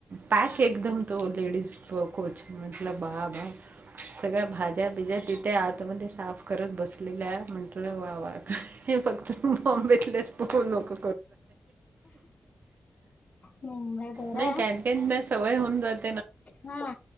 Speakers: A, on the right; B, on the left.
A: पॅक एकदम लेडीस कोच म्हटलं बा बा. सगळ्या भाज्या बिज्या तिथे आतमध्ये साफ करत बसलेल्या म्हंटलं वा वा. हे फक्त बॉम्बेतलेच पह लोक
B: मुंबई बरं
A: नाही
B: आहे.
A: काही काहीना सवय होऊन जात
B: हा